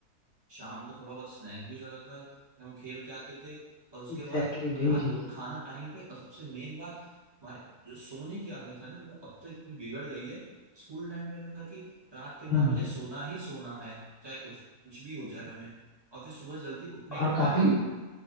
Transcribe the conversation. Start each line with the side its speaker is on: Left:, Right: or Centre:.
Right: शाम को थोड़ा बहुत स्नैक भी रहता था जब हम खेल के आते थे और उसके
Left: एग्जैक्टली
Right: बाद
Left: exactly,
Right: रात
Left: यही चीज
Right: को खाना टाइम पे और सबसे मेन बात हमारे जो सोने की आदत है ना वो अब तो इतनी बिगड़ गई है स्कूल टाइम पे रहता था कि रात के नौ
Left: हम्म
Right: बजे सोना ही सोना है चाहे कुछ कुछ भी हो जाए हमें और फिर सुबह जल्दी उठना
Left: और
Right: ही उठना
Left: काफी
Right: है